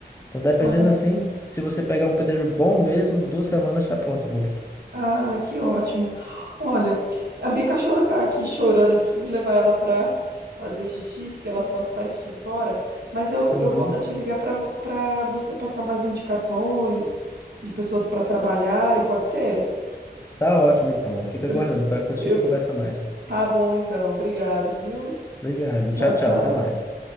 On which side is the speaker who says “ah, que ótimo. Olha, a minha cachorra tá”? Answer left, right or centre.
Right